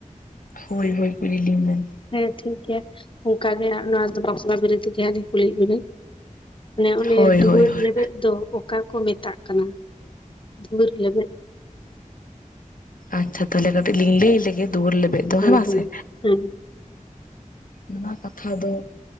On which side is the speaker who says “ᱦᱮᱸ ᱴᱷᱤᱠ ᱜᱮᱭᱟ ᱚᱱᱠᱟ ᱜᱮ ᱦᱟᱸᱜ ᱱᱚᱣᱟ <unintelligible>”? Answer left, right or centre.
Left